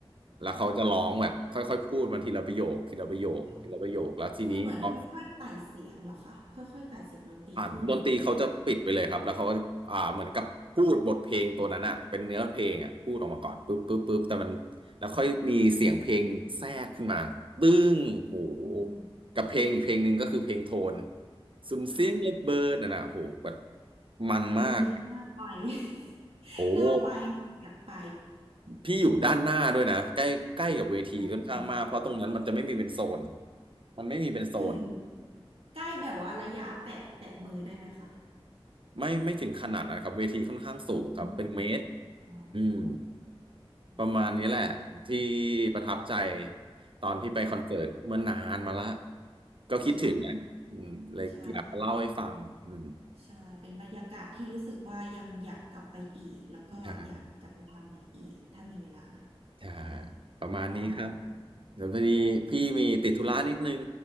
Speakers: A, on the right; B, on the right.
A: แล้วเขาจะร้องแบบค่อยๆพูดมาทีละประโยคทีละประโยคทีละประโยคแล้วทีนี้พอ
B: ค่ะครับคือเหมือนค่อยๆไต่เสียงเหรอคะ ค่อยๆไต่เสียงดนตรีขึ้นทีละใช่ไหม
A: อ่านดนตรีเขาจะปิดไปเลยครับแล้วเขาก็จะอ่าเหมือนกับพูดบทเพลงตัวนั้นอะเป็นเนื้อเพลงอะพูดออกมาก่อนปึ๊บปึ๊บปึ๊บแต่มันแล้วค่อยมีเสียงเพลงแทรกขึ้นมาตึ้งโห
B: อืม
A: กับเพลงอีกเพลงหนึ่งก็คือเพลงโทนซุมเสียงเล็บเบิร์ดน่ะนะโหแบบ
B: ค่ะ
A: มันมาก
B: อุ้ยน่าไป <laughs>
A: โอ้
B: น่าไปค่ะ อยากไป
A: พี่อยู่ด้านหน้าด้วยนะใกล้ใกล้กับเวทีค่อนข้างมากเพราะตรงนั้นมันจะไม่มีเป็นโซน
B: อืม
A: มันไม่มีเป็นโซน
B: ถึงใกล้แบบว่าระยะแตะแตะมือได้ไหมคะ
A: ไม่ไม่ถึงขนาดนะครับเวทีค่อนข้างสูงครับเป็นเมตร
B: อืมอ๋อ
A: อืม
B: อืม
A: ประมาณนี้แหละที่ประทับใจตอนที่ไปคอนเสิร์ตเมื่อนานมาละ
B: ค่ะ
A: ก็คิดถึงนะอืมเลยอยากมาเล่าให้ฟังอืม
B: ใช่ ใช่ค่ะ ใช่ เป็นบรรยากาศที่รู้สึกว่ายังอยากกลับไปอีก แล้วก็อยากจะไปทำอีกอีกถ้ามีเวลา
A: ใช่ใช่
B: ใช่
A: ประมาณนี้ครับ
B: ก็ประมาณนี้
A: เดี๋ยวพอดีพี่มีติดธุระนิดนึง